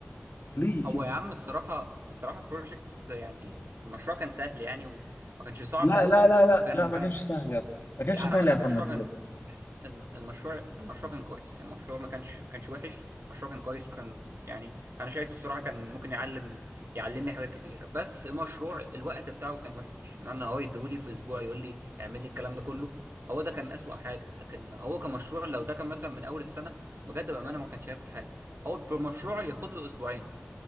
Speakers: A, on the left; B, on the right.
A: ليه
B: هو
A: كده
B: يا عم الصراحه الصراحه البروجكت يعني المشروع كان سهل يعني وما كانش صعب
A: لا
B: قوي
A: لا لا لا
B: وكان
A: لا
B: ما
A: ما
B: كان
A: كانش سهل يا اسطى ما كانش
B: يا عم
A: سهل
B: المشروع
A: يا محمد بجد
B: كان الم- المشروع المشروع كان كويس يعني المشروع ما كانش ما كانش وحش المشروع كان كويس كان يعني انا شايفه الصراحه كان ممكن يعلم يعلمني حاجات كتيره بس مشروع الوقت بتاعه كان وحش لان انا هو يديهولي في اسبوع يقول لي اعمل لي الكلام ده كله هو ده كان اسوأ حاجه لكن هو كمشروع لو ده كان مثلا من اول السنه بجد بامانه ما كانش هياخد حاجه هو بمشروع ياخد له اسبوعين